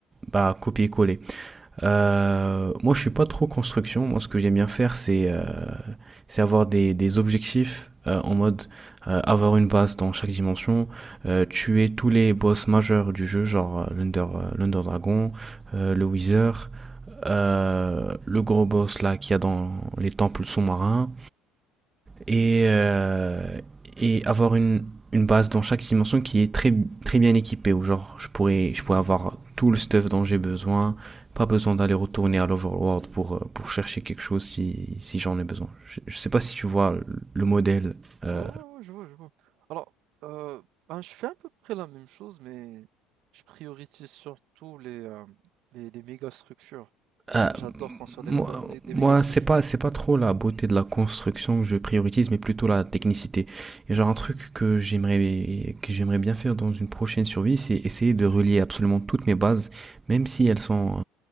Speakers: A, on the right; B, on the right.
A: bah, copier-coller. Euh, moi, je suis pas trop construction. Moi, ce que j'aime bien faire, c'est euh, c'est avoir des, des objectifs euh, en mode euh, avoir une base dans chaque dimension, euh, tuer tous les boss majeurs du jeu, genre euh, l'Under euh, l'Under Dragon, euh, le Wither, euh, le gros boss là qu'il y a dans les temples sous-marins et, euh, et avoir une, une base dans chaque dimension qui est très, très bien équipée, où genre je pourrais, je pourrais avoir tout le stuff dont j'ai besoin, pas besoin d'aller retourner à l'Overworld pour, euh, pour chercher quelque chose si, si j'en ai besoin. Je, je sais pas si tu vois le modèle euh,
B: oh je vois, je vois. Alors, heu, ben, je fais à peu près la même chose, mais je priorise surtout les, hem, les les méga structures.
A: à,
B: J j'adore construire
A: Moi,
B: des mada mé des
A: moi
B: méga structures.
A: c'est pas, c'est pas trop la beauté de la construction que je priorise, mais plutôt la technicité. Et genre, un truc que j'aimerais, que j'aimerais bien faire dans une prochaine survie, c'est essayer de relier absolument toutes mes bases, même si elles sont